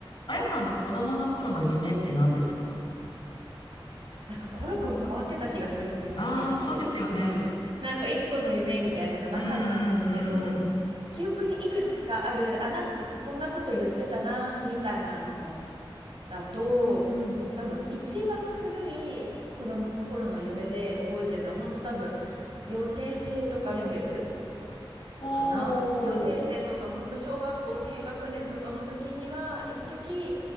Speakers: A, on the left; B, on the right.
A: あやさんの子供の頃の夢って何ですか
B: なんかコロコロ変わってた気がするんですよ、
A: ああー、
B: 結構。
A: そうですよね。
B: うん。なんか一個の夢みたいのじゃなかったんですけど、
A: うんうんうん
B: 記憶にいくつかある、あ、なんかこんなこと言ってたな、みたいなのだと、
A: うん。うん。
B: 多分一番古い子供の頃の夢で覚えてるのは、本当多分幼稚園生とかレベル
A: おー。
B: かな。幼稚園生とか、本当小学校低学年とかの時には、一時